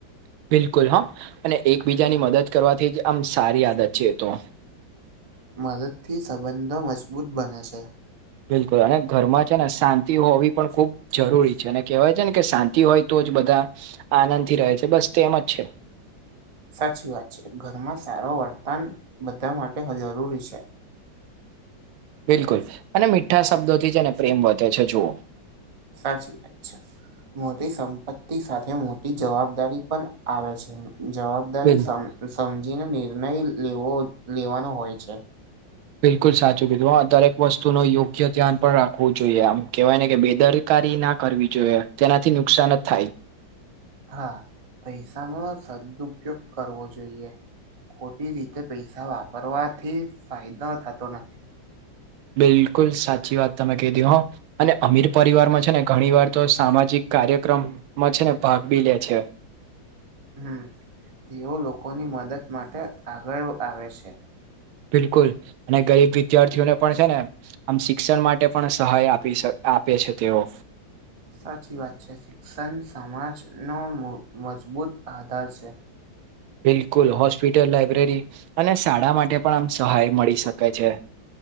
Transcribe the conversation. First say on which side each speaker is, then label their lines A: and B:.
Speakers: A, on the right; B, on the right.
A: બિલકુલ હ અને એકબીજાની મદદ કરવાથી જ આમ સારી આદત છે, તો
B: મદદથી સંબંધો મજબૂત બને છે.
A: બિલકુલ અને ઘરમાં છે, ને શાંતિ હોવી પણ ખૂ જરૂરી છે, અને કહેવાય છે, ને કે શાંતિ હોય તો જ બધા આનંદથી રહે છે, બસ તેમ જ છે.
B: સાચી વાત છે, ઘરમાં સારો વર્તન બધા માટે જરૂરી છે.
A: બિલકુલ અને મીઠા શબ્દોથી છે, ને પ્રેમ વધે છે, જુઓ
B: સાચી વાત છે. મોટી સંપત્તિ સાથે મોટી જવાબદારી પણ આવે છે, જવાબ દારી
A: બિલ
B: સમજીને નિર્ણય લેવો લેવાનો હોય છે.
A: બિલકુલ સાચું કીધું આ દરેક વસ્તુ ન યોગ્ય ધ્યાન પણ રાખવું જોઈએ આમ કહેવાય ને કે બે દર કારી ના કરવી જોઈએ તેનાથી નુકસાન જ થાય
B: હા પૈસાનો સદપયોગ કરવો જોઈએ ખોટી રીતે પૈસા વાપરવાથી ફાયદો થતો નથી.
A: બિલકુલ સાચી વાત તમે કીધી હો અને અમીર પરિવારમાં છે, ને ઘણી વાર તો સામાજિક કાર્યક્રમમાં છે, ને ભાગ બી લે છે.
B: હમ તેઓ લોકોની મદદ માટે આગળ આવે છે.
A: બિલકુલ અને ગરીબ વિદ્યાર્થીઓને પણ છે, ને આમ શિક્ષણ માટે પણ સહાય આપી આપે છે, તેઓ
B: સાચી વાત છે, શિક્ષણ સમાજનો મો મજબૂત આધાર છે.
A: બિલકુલ હોસ્પિટલ, લાઈબ્રેરી અને શાળા માટે પણ આમ સહાય મળી શકે છે.